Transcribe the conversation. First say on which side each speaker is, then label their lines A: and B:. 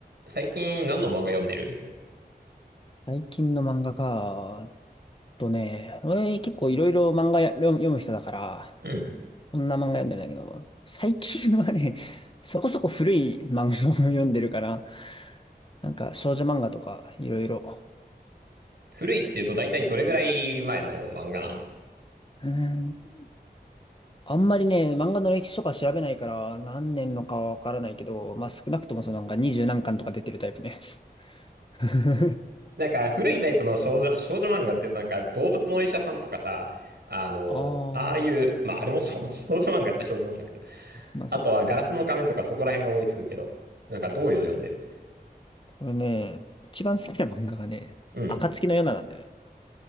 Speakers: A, on the right; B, on the left.
A: 最近何の漫画読んでる
B: 最近の漫画か、とね、俺結構いろいろ漫画や読む読む人だから、
A: うん。
B: そんな漫画読んでないんだけど、最近はね、<laughs> そこそこ古い漫画を読んでるから、なんか少女漫画とかいろいろ。
A: 古いって言うと大体どれぐらい前の漫画なの
B: うーん。あんまりね、漫画の歴史とか調べないから何年のかはわからないけど、まあ少なくともそのなんか二十何巻とか出てるタイプのやつ。<laughs>
A: なんか古いタイプの少女、少女漫画って言うとなんか動物のお医者さんとかさ、あの、
B: ああ、
A: ああいう、まああれも少、少女漫画っちゃ少女漫画だけど、
B: まあそう。
A: あとはガラスの仮面とかそこら辺が思いつくけど、なんかどういうの読んでる
B: これね、一番好きな漫画がね、
A: うん。
B: 暁の夜ななんだよね。